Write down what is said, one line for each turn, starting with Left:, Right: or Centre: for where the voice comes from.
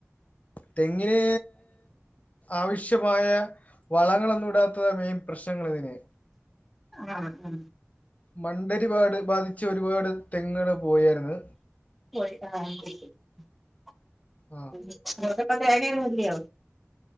Left: തെങ്ങിന് ആവശ്യമായ വളങ്ങളൊന്നും ഇടാത്തമെയിൻ പ്രശ്നങ്ങ ളി തിന്
Centre: ആഹ ഉ.
Left: മണ്ടരിപാട് ബാധിച്ച ഒരുപാട് തെങ്ങള് പോയാരുന്ന്
Centre: പോയി പൊയ്ക്ണ്അതോണ്ട്
Left: ആ
Centre: ഇപ്പ തേങ്ങ ഒന്നുല്ലിയൊ